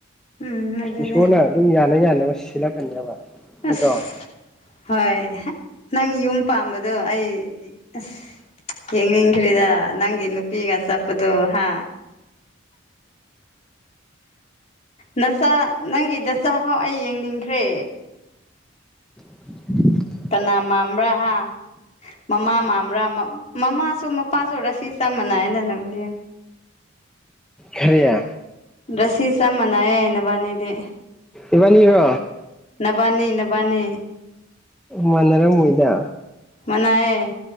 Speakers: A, on the left (about 35°); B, in the centre.
A: ꯎꯝ ꯑꯗꯨꯅꯦ
B: ꯏꯁꯣꯔꯅ ꯑꯗꯨꯝ ꯌꯥꯅ ꯌꯥꯅꯕ ꯁꯤꯜꯂꯛꯀꯅꯦꯕ
A: ꯍꯁ
B: ꯅꯠꯇ꯭ꯔꯣ
A: ꯍꯣꯏ ꯅꯪ ꯌꯨꯝ ꯄꯥꯝꯕꯗꯣ ꯑꯩ ꯑꯁ ꯌꯦꯡꯅꯤꯡꯈ꯭ꯔꯤꯗ ꯅꯪꯒꯤ ꯅꯨꯄꯤꯒ ꯆꯠꯄꯗꯣ ꯍꯥ꯫ ꯅꯆꯥ ꯅꯪꯒꯤ ꯅꯆꯥꯐꯥꯎ ꯑꯩ ꯌꯦꯡꯅꯤꯡꯈ꯭ꯔꯦ
B: <inaudible>
A: ꯀꯅꯥ ꯃꯝꯕ꯭ꯔꯥ ꯍꯥ ꯃꯃꯥ ꯃꯝꯕ꯭ꯔꯥ ꯃꯃꯥꯁꯨ ꯄꯖꯨ ꯔꯥꯁꯤ ꯆꯞ ꯃꯅꯩꯗꯅ <unintelligible>
B: ꯁꯨꯏꯌꯦ꯫
A: ꯔꯁꯤ ꯆꯞ ꯃꯅꯩꯌꯦ ꯅꯥꯕꯅꯤꯗꯤ
B: ꯏꯕꯅꯤꯔꯣ꯫
A: ꯅꯕꯥꯅꯤ ꯅꯕꯥꯅꯤ꯫
B: ꯃꯅꯔꯝꯃꯣꯏꯗ
A: ꯃꯅꯩꯌꯦ